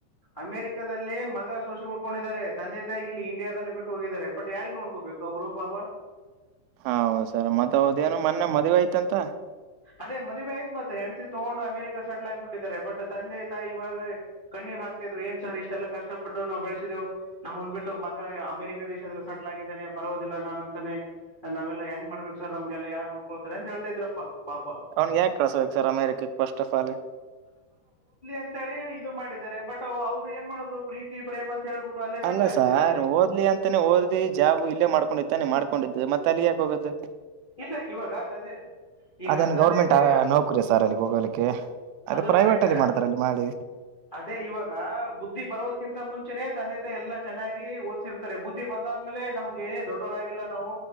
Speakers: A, on the left; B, on the right.
A: ಅಮೆರಿಕದಲ್ಲಿ ಮಗ ಶೋಷಿ ಉಳ್ಕೊಂಡಿದ್ದಾರೆ ತಂದೆ ತಾಯಿ ಇಲ್ಲಿ ಇಂಡಿಯಾದಲ್ಲಿ ಬಿಟ್ಟು ಹೋಗಿದ್ದಾರೆ ಬಟ್ ಯಾರಿಗೆ ನೋಡ್ಕೋಬೇಕು ಅವರು? ಹ ಪಾಪಾ.
B: ಹೌದ ಸರ್ ಮತ್ತ ಹೌದೇನು ಮೊನ್ನೆ ಮದವೆ ಆಯ್ತಂತ.
A: ಅದೇ ಮದುವೆ ಆಯತ್ತ್ತ ಹೆಣತಿ ತಗೊಂಡ ಅಮರಿಕ ಸೆಟಲ್ ಆಗ್ಬ ಬಿಟ್ಟಿದ್ದಾರೆ. ಬಟ್ ತಂದೆ ತಾಯಿ ಇವಾಗ ಕಣ್ಣೀರ್ ಹಾಕ್ತಾ ಇದ್ರು, ಏನ್ ಸರ್ ಇಷ್ಟೆಲ್ಲ ಕಷ್ಟಪಟ್ಟು ನಾವು ಬೆಳೆಸಿದೆೇವು ನಮ್ ಮುಂದ್ಬಿಟ್ಟು ಮಗ ಅಮೆರಿಕ ದೇಶದಲ್ಲಿ ಸಟಲ್ ಆಗಿದ್ದೇನೆ ಬರೋದಿಲ್ಲ ನಾನು ಅಂತಾನೆ ನಾವೆಲ್ಲ ಹೆಂಗ್ ಮಾಡ್ಬೇಕು ಸರ್ ನಮ್ಗೆಲ್ಲ ಯಾರು ನೋಡ್ಕೊಳ್ತಾರೆ. ತ ಹೇಳ್ತಾ ಇದ್ರಪ್ಪ. ಪಾಪ
B: ಅವ್ನ ಯಾಕೆ ಕಳ್ಸಬೇಕು ಸರ್ ಅಮೇರಿಕಕ್ ಫಸ್ಟ್ ಆಫ್ ಆಲ್.
A: ಅಂತ ಹೇಳಿ ಇದು ಮಾಡಿದ್ದಾರೆ ಬಟ್ ಅವ್ರು ಏನ್ ಮಾಡೋದು ಪ್ರೀತಿ ಪ್ರೇಮ ಹೇಳ್ಬಿಟ್ಟು ಅಲ್ಲೇ ಸೆಟ್ಲ್
B: ಅಲ್ಲ
A: ಆಗ್ಬಿಟ್ಟಿದ್ದಾರೆ
B: ಸಾರ್ ಓದ್ಲಿ ಅಂತಾನೇ ಒದ್ಲಿ ಜಾಬು ಇಲ್ಲೇ ಮಾಡ್ಕೊಂಡಿತ್ತಾನೆ ಮಾಡ್ಕೊಂಡಿದ್ದ ಮತ್ತೆ ತಲಿಯಾಕೋಗದು.
A: ಇಲ್ಲ ಇವಾಗ ತಂದೆ. ಈಗ
B: ಅದೇನು
A: ತಂದೆ
B: ಗೌರ್ಮೆಂಟ್
A: ತಾಯಿ
B: ನೌಕರಿ ಸಾರ್ ಅಲ್ಲಿ ಹೋಗಲಿಕ್ಕೆ ಅದೇ
A: ಅದು
B: ಪ್ರೈವೇಟ್
A: ಕರೆಕ್ಟ್
B: ಅಲ್ಲಿ ಮಾಡ್ತಾರ ಅಲ್ಲಿ ಮಾಡಿ.
A: ಅದೇ ಇವಾಗ ಬುದ್ಧಿ ಬರೋದ್ಕಿಂತ ಮುಂಚೆನನೆ ತಂದೆ ತ ಎಲ್ಲಾ ಚೆನ್ನಾಗಿ ಓದಸಿರ್ತಾರೆ ಬುದ್ಧಿ ಬಂದ ಅದಾದ್ಮೇಲೆ ನಮ್ಗೆ ದೊಡ್ಡವರಾಗಿಲ್ಲ ನಾವು